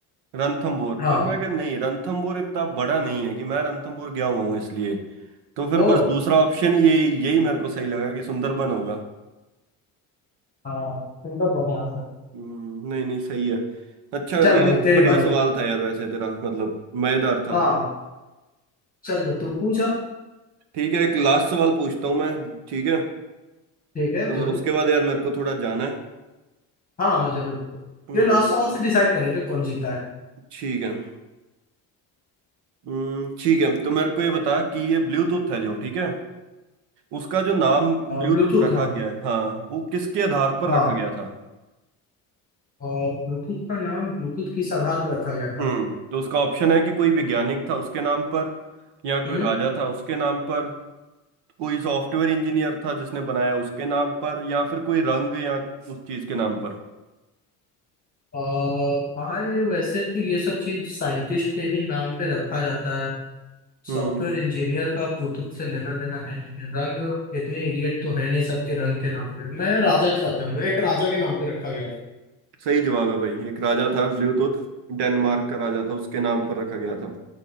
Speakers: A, on the right; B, on the left.
A: रणथंभौर
B: हाँ
A: पर मैं कह नहीं रणथंभौर इतना बड़ा नहीं है कि मैं रणथंभौर गया हुआ हूँ इसलिए तो फिर
B: ओ
A: बस दूसरा ऑप्शन ये यही मेरे को सही लगा कि सुंदरबन होगा
B: हाँ सुंदर बने आंसर
A: हम्म, नहीं नहीं सही है अच्छा
B: चल
A: ये
B: भाई तेरी
A: बढ़िया
B: बारी
A: सवाल था यार वैसे तेरा मतलब मजेदार था
B: हाँ चल तो तू पूछ अब
A: ठीक है एक लास्ट सवाल पूछता हूँ मैं ठीक है
B: ठीक है
A: और
B: जरूर
A: उसके बाद यार मेरे को थोड़ा जाना है
B: हाँ हाँ, जरूर
A: हम्म
B: ये लास्ट सवाल से डिसाइड करेंगे कौन जीता है
A: ठीक है हम्म, ठीक है तो मेरे को ये बता कि ये ब्लूटूथ है जो ठीक है उसका जो नाम ब्लूटूथ
B: ब्लूटूथ
A: रखा
B: हम
A: गया है हाँ वो किसके आधार पर
B: हाँ
A: रखा गया था
B: ब्लूटूथ का नाम ब्लूटूथ किस आधार पर रखा गया था
A: हम्म तो उसका ऑप्शन है कि कोई वैज्ञानिक था उसके नाम पर या कोई
B: हम्म
A: राजा था उसके नाम पर कोई सॉफ्टवेयर इंजीनियर था जिसने बनाया उसके नाम पर या फिर कोई रंग या उस चीज के नाम पर
B: अ, भाई वैसे तो ये सब चीज साइंटिस्ट के ही नाम पे रखा जाता है
A: हम्म
B: सॉफ्टवेयर इंजीनियर का ब्लूटूथ से लेना देना है नहीं। रंग इतने इडियट तो है नहीं सबके रंग के नाम पे मैं राजा के साथ जाऊंगा एक राजा के नाम पे रखा गया
A: सही जवाब है भाई एक राजा था ब्लूटूथ डेनमार्क का राजा था उसके नाम पर रखा गया था